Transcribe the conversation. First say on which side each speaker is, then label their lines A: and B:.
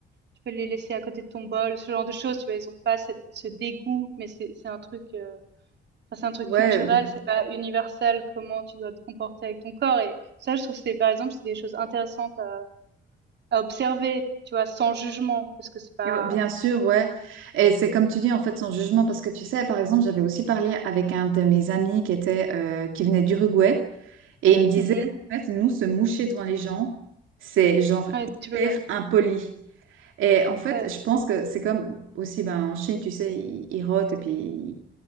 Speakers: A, on the right; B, on the right.
A: tu peux les laisser à côté de ton bol, ce genre de choses, tu vois, ils ont pas cette, ce dégoût, mais c'est, c'est un truc, euh, enfin, c'est un truc
B: ouais.
A: culturel, c'est pas universel comment tu dois te comporter avec ton corps. Et ça, je trouve que c'est, par exemple, c'est des choses intéressantes à, à observer, tu vois, sans jugement, parce que c'est pas,
B: Et ouais, Bien sûr, ouais. Et c'est comme tu dis, en fait, son jugement, parce que tu sais, par exemple, j'avais aussi parlé avec un de mes amis qui était, euh, qui venait d'Uruguay, et il me disait,
A: Mhm.
B: en fait, nous, se moucher devant les gens, c'est genre
A: Ouais, tu peux
B: hyper
A: pas.
B: impoli. Et en fait,
A: Ouais.
B: je pense que c'est comme aussi, ben, en Chine, tu sais, ils, ils rotent et puis,